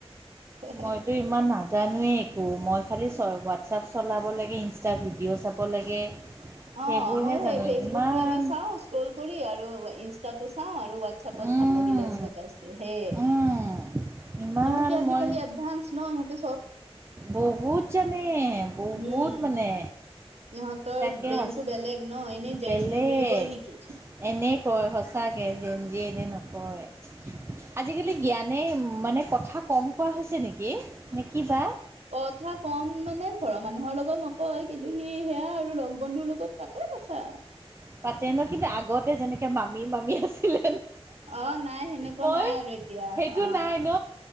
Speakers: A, on the right; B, on the right.
A: অ
B: মইতো ইমান নাজানোৱেই। মই খালি চ হোৱাটছআপ চলাব লাগে, ইনষ্টা ভিডিঅ' চাব লাগে। সেইবোৰহে
A: অ' মই
B: জানো
A: সেই ফেচবুক
B: ইমান
A: টো এনেই চাওঁ‌। স্ক্ৰল কৰি আৰু ইনষ্ট চাওঁ আৰু হোৱাটছআপত
B: উম
A: ভাল লাগিলে। চেপ হে
B: উম ইমান
A: ইহঁতে আজিকালি
B: মই
A: এডভানস ন ইহঁ‌তে
B: বহুত জানে, বহুত
A: উম
B: মানে।
A: ইহঁতৰ
B: তাকে
A: ব্ৰেইনটো
B: আছো।
A: বেলেগ ন এনেই জেনজি
B: বেলেগ
A: বুলি কয় নেকি
B: এনে কয় সচাঁকে যে নকয় আজিকালি। গিয়ানে কথা নকয় কোৱা হৈছে নেকি নে কিবা?
A: কথা কম মানে ঘৰৰ মানুহৰ লগত নকয়। কিন্তু সি সেয়া আৰু লগ বন্ধুৰ লগত পাতে কথা
B: পাতে ন কিন্তু আগতে যেনেকে মামী মামি আছিলে।
A: অ' নাই সেনেকুৱা
B: মই
A: নাই আৰু এতিয়া
B: সেইটো
A: আহ
B: নাই ন